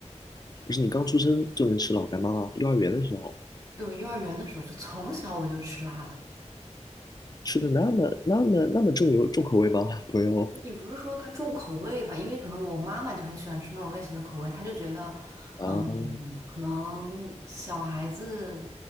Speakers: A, on the left; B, on the right.
A: 不是你刚出生就能吃老干妈吗？幼儿园的时候
B: 对，幼儿园的时候就从小我就吃辣的。
A: 吃的那么那么那么重油重口味吗，<laughs> 朋友？
B: 你不是说他重口味吧？因为可能我妈妈就很喜欢吃那种类型的口味，她就觉得，
A: 啊
B: 嗯，可能小孩子，